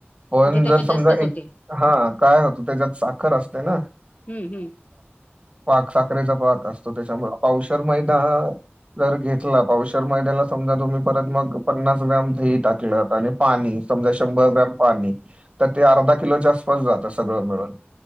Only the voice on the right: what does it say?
पण
जर समजा
एक, हा काय होतं त्याच्यात साखर असते ना.
पाक साखरेचा पाक असतो त्यांच्यामुळ, पावशर मैदा. जर घेतला. पावशर मैद्याला समजा, तुम्ही परत मग पन्नास ग्राम दही टाकलंत आणि पाणी समजा शंभर ग्रॅम पाणी, तर ते अर्धा किलोच्या आसपास जातं सगळं मिळून.